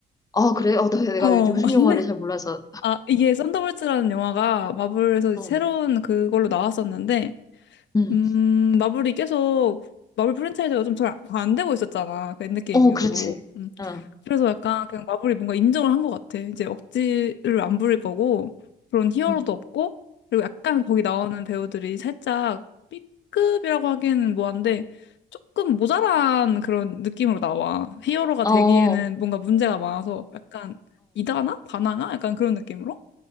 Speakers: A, on the left; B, on the left.
A: 아 그래? 어, 나, 내가
B: 어,
A: 요- 요즘
B: <laughs>
A: 영화를 잘 몰라서.
B: 아, 이게 썬더볼츠라는 영화가 마블에서
A: 어,
B: 새로운 그걸로 나왔었는데,
A: 음,
B: 음, 마블이 계속, 마블 프랜차이즈가 좀 잘 안 되고 있었잖아. 그 엔드게임
A: 어,
B: 이후로.
A: 그렇지.
B: 음.
A: 어,
B: 그래서 약간 그냥 마블이 뭔가 인정을 한 것 같아. 이제 억지를 안 부릴 거고, 그런 히어로도
A: 음.
B: 없고, 그리고 약간 거기 나오는 배우들이 살짝 B급이라고 하기에는 뭐한데, 조금 모자란 그런 느낌으로 나와. 히어로가
A: 어,
B: 되기에는
A: 어,
B: 뭔가 문제가 많아서 약간 이다나? 다나가? 약간 그런 느낌으로?